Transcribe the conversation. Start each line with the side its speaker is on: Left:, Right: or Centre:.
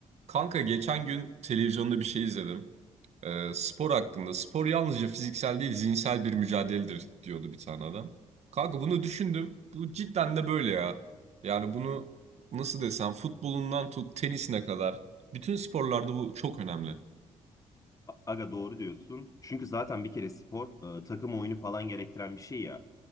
Right: Kanka geçen gün televizyonda bir şey izledim. Ee, spor hakkında. Spor yalnızca fiziksel değil zihinsel bir mücadeledir diyordu bir tane adam. Kanka bunu düşündüm. Bu cidden de böyle ya. Yani bunu nasıl desem futbolundan tut tenisine kadar. Bütün sporlarda bu çok önemli.
Left: Aga doğru diyorsun. Çünkü zaten bir kere spor e, takım oyunu falan gerektiren bir şey ya.